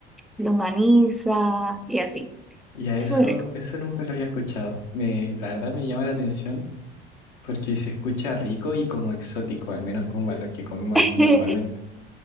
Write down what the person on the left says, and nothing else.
Y a
eso,
eso nunca lo había escuchado. Me, la verdad me llama la atención porque se escucha rico y como exótico, al menos como a lo que comemos
aquí normalmente.